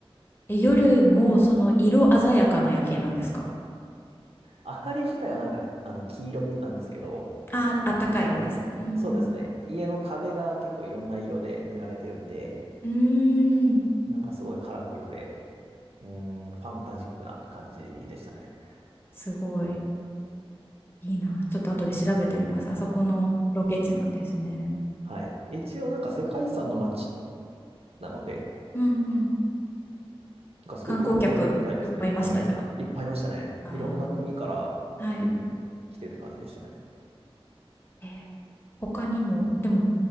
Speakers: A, on the left (about 25°); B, on the right (about 80°).
A: え、夜もその色鮮やかな夜景なんですか
B: 明かり自体はなんか、あの、黄色なんですけど、
A: あー、あったかい色です。
B: あの、
A: うん。
B: そうですね。家の壁が結構いろんな色で塗られてるんで、
A: うーん。
B: なんかすごいカラフルで、うーん、ファンタジックな感じでしたね。
A: すごいいいな。ちょっと後で調べてみます。
B: はい。
A: あそこのロケ地なんですね。
B: はい。一応なんか世界遺産の街なので、
A: うんうん。
B: がすごい有名みたいですね。
A: 観光客いっぱいいました、
B: はい。
A: じゃ
B: いっぱいいましたね。
A: あ。あ
B: いろんな国から来てて、
A: あ。はい。
B: 来てるって感じでしたね。
A: えー他にも、でも、